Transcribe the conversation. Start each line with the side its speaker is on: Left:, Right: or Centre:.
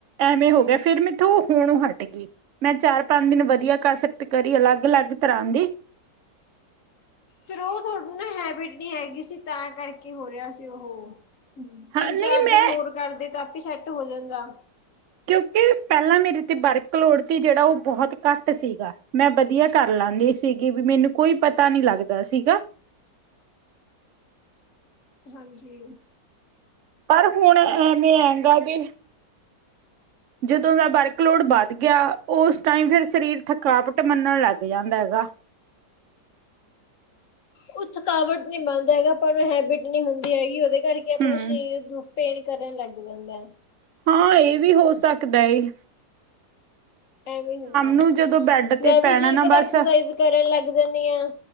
Right: ਐਵੇਂ ਹੋ ਗਿਆ ਫੇਰ ਮੈਥੋਂ ਹੋਣੋਂ ਹੱਟਗੀ ਮੈਂ ਚਾਰ ਪੰਜ ਦਿਨ ਵ ਆ ਕਸਰਤ ਕਰੀ ਅਲੱਗ-ਅਲੱਗ ਤਰ੍ਹਾਂ ਦੀ
Left: ਫੇਰ ਉਹ ਤੁਹਾਡੂੰ ਨਾ ਹੈਬਿਟ ਨੀ ਹੈਗੀ ਸੀ ਤਾਂ ਕਰਕੇ ਹੋ ਰਿਹਾ ਸੀ ਉਹ ਤਿੰਨ
Right: ਹਾਂ ਨਹੀਂ
Left: ਚਾਰ
Right: ਮੈਂ
Left: ਦਿਨ ਹੋਰ ਕਰਦੇ ਤਾਂ ਆਪੀ ਸੈਟ ਹੋ ਜਾਂਦਾ
Right: ਕਿਉਂਕਿ ਪਹਿਲੇ ਮੇਰੇ ਤੇ ਵਰਕ ਲੋੜ ਤੀ ਜਿਹੜਾ ਉਹ ਬਹੁਤ ਘੱਟ ਸੀਗਾ ਮੈਂ ਬਚ ਵਧੀਆ ਕਰ ਲਾਂਦੀ ਸੀਗੀ ਵੀ ਮੈਨੂੰ ਕੋਈ ਪਤਾ ਨੀ ਲੱਗਦਾ ਸੀਗਾ
Left: ਹਾਂਜੀ
Right: ਪਰ ਹੁਣ ਐਵੇਂ ਹੈਂਗਾ ਵੀ ਜਦੋਂ ਦਾ ਵਰਕਲੋਡ ਵੱਧ ਗਿਆ ਉਸ ਟਾਈਮ ਫਿਰ ਸਰੀਰ ਥਕਾਵਟ ਮੰਨਣ ਲੱਗ ਜਾਂਦਾ ਗਾ।
Left: ਉਹ ਥਕਾਵਟ ਨਹੀਂ ਬਣਦਾ ਹੈਗਾ ਪਰ ਉਹ ਹੈਬਿਟ ਨਹੀਂ ਹੁੰਦੀ ਹੈਗੀ ਉਹਦੇ ਕਰਕੇ
Right: ਹੂੰ
Left: ਆਪਣਾ ਸਰੀਰ ਦੁ ਪੇਣ ਕਰਨ ਲੱਗ ਜਾਂਦਾ।
Right: ਹਾਂ ਇਹ ਵੀ ਹੋ ਸਕਦਾ ਜੀ।
Left: ਐਵੇਂ ਹੁੰਦਾ
Right: ਨੂੰ ਜਦੋਂ ਬੈਡ
Left: ਮੈਂ
Right: ਤੇ
Left: ਵੀ
Right: ਪੈਣਾ
Left: ਜੇਕਰ
Right: ਨਾ ਬਸ
Left: ਐਕਸਰਸਾਈਜ਼ ਕਰਨ ਲੱਗ ਜਾਣੀ ਆ।